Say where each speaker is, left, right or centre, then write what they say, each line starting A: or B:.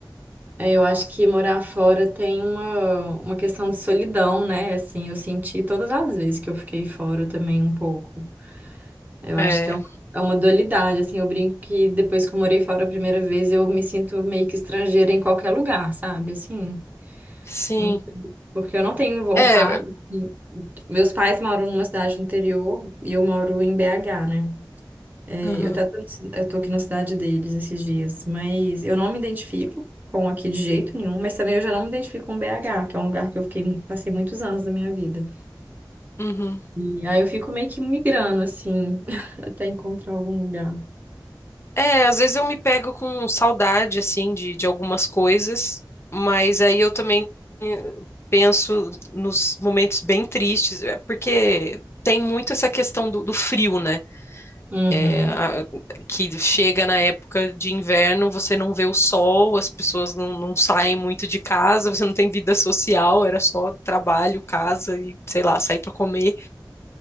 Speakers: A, on the right; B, on the left.
A: É, eu acho que morar fora tem uma, uma questão de solidão, né? Assim, eu senti todas as vezes que eu fiquei fora também um pouco. Eu
B: É,
A: acho que é uma, é uma dualidade, assim, eu brinco que depois que eu morei fora a primeira vez, eu me sinto meio que estrangeira em qualquer lugar, sabe? Assim,
B: Sim.
A: hum, porque eu não tenho vontade.
B: É, é,
A: e- Meus pais moram numa cidade do interior e eu moro em BH, né? É,
B: aham,
A: eu até tô, eu tô aqui na cidade deles esses dias, mas eu não me identifico com aqui de jeito nenhum, mas também eu já não me identifico com BH, que é um lugar que eu fiquei, passei muitos anos da minha vida.
B: uhum.
A: E aí eu fico meio que migrando, assim, <laughs> até encontrar algum lugar.
B: É, às vezes eu me pego com saudade, assim, de, de algumas coisas, mas aí eu também eh, penso nos momentos bem tristes, é, porque tem muito essa questão do, do frio, né?
A: Uhum.
B: É, a- que chega na época de inverno, você não vê o sol, as pessoas não, não saem muito de casa, você não tem vida social, era só trabalho, casa e, sei lá, sair para comer.